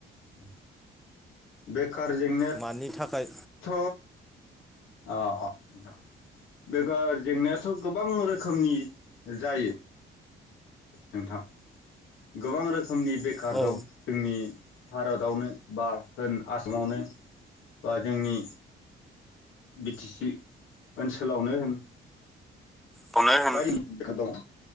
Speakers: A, on the left; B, in the centre.
A: उ बेखार जेंनायथ'
B: मानि थाखाय
A: अ अ। बेकार जेंनायाथ' गोबां रोखोमनि जायो। नोंथां गोबां रोखोमनि बेखार
B: उम औ
A: दं जोंनि भारतावनो बा होन आसामावनो बा जोंनि बि टि सि ओनसोलावनो होन
B: खौनो
A: <unintelligible>
B: होन
A: बेखार दङ'